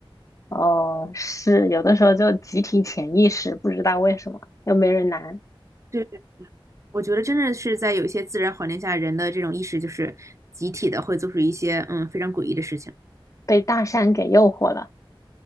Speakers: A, on the left (about 35°); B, on the right (about 35°).
A: 哦，是，有的时候就集体潜意识，不知道为什么，又没人拦，
B: 对，我觉得真的是在有一些自然环境下，人的这种意识就是集体的会做出一些嗯非常诡异的事情。
A: 被大山给诱惑了。